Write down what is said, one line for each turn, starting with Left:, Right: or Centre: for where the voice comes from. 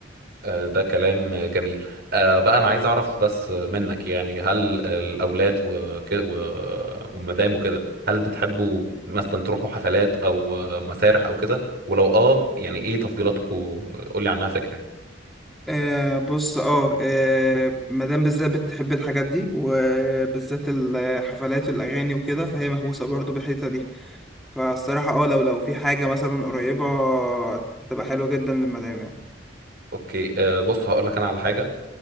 Right: آه، ده كلام جميل آه، بقى أنا عايز أعرف بس منك يعني هل الأولاد وكده والمدام وكده هل بتحبوا مثلا تروحوا حفلات أو آه، مسارح أو كده ولو آه يعني إيه تفضيلاتكم قولي عنها فكرة يعني
Centre: آه بص اه آه، مدام بالذات بتحب الحاجات دي وبالذات الحفلات والاغاني وكده فهي مهووسه برضو بالحته دي فالصراحه اه لو لو في حاجه مثلا قريبه هتبقى حلوه جدا للمدام يعني
Right: أوكي آه، بص هقول لك أنا على حاجة